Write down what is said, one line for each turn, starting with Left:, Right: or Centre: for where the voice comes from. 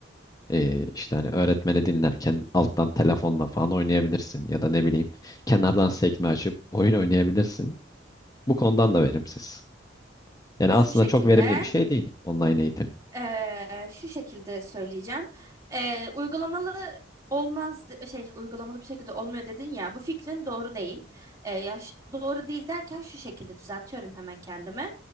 Left: E, işte hani öğretmeni dinlerken alttan telefonla falan oynayabilirsin ya da ne bileyim kenardan sekme açıp oyun oynayabilirsin. Bu konudan da verimsiz. Yani
Right: Şu
Left: aslında
Right: şekilde.
Left: çok verimli bir şey değil online eğitim.
Right: Ee, şu şekilde söyleyeceğim. Ee, uygulamalı olmaz şey uygulamalı bir şekilde olmuyor dedin ya bu fikrin doğru değil. Ee, yaş, doğru değil derken şu şekilde düzeltiyorum hemen kendimi.